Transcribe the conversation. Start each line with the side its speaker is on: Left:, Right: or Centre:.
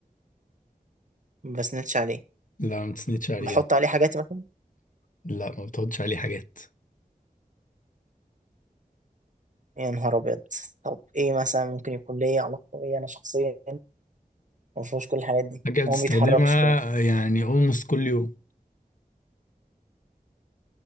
Right: ما بسندش عليه
Left: لا ما بتسندش عليه
Right: بحط
Left: ده.
Right: عليه حاجاتي مثلا
Left: لا ما بتحطش عليه حاجات
Right: يا نهار ابيض طب ايه مثلا ممكن يكون ليا علاقه بيا انا شخصيا ما فيهوش كل الحاجات دي
Left: حاجه بتستخدمها
Right: هو ما بيتحركش كمان
Left: يعني almost كل يوم